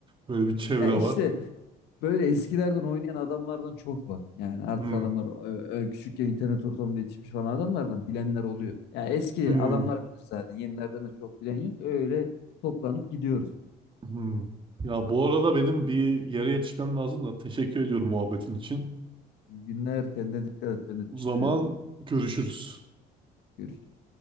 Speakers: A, on the right; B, on the left.
A: böyle bir çevre
B: Ya
A: var.
B: işte böyle eskilerden oynayan adamlardan çok var. Yani artık
A: Hmm,
B: adamlar ö- ö- küçükken internet ortamında yetişmiş falan adamlardan bilenler oluyor. Yani eski
A: hmm.
B: adamlar bilir zaten. Yenilerden de çok bilen yok. Öyle toplanıp gidiyoruz.
A: Hmm. Ya bu arada benim bir yere yetişmem lazım da teşekkür ediyorum muhabbetin için.
B: İyi günler. Kendine dikkat et. Ben de teşekkür
A: O zaman
B: ederim.
A: görüşürüz.
B: Görüşürüz.